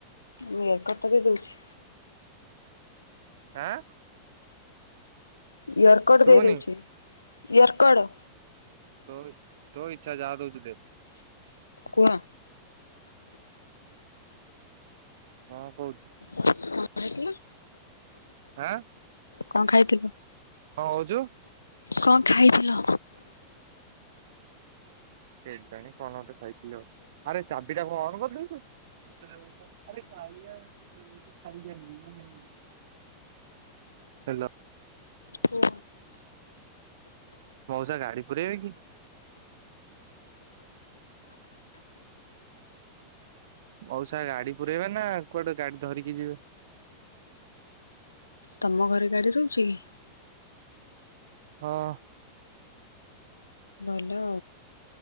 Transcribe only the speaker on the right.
ଆଁ
ଶୁଭୁନି
ତ ତୋ ଇଚ୍ଛା ଯାଆ ଦୋଉଛୁ ଦେ
କଣ କହୁଛୁ
ହଁ
ହଁ ହଉଛୁ
କେ ଜାଣି କଣ ଗଟେ ଖାଇଥିଲ ଆଉ ଆରେ ଚାବିଟା କଣ କରିଦେଇଛ ଆରେ ଖାଇୟ <inaudible> ହେଲୋ
ମଉସା ଗାଡି ପୁରଇବେ କି ମଉସା ଗାଡି ପୁରାଇବେ ନା କୁଆଡେ ଗାଡି ଧରିକି ଯିବେ
ହଁ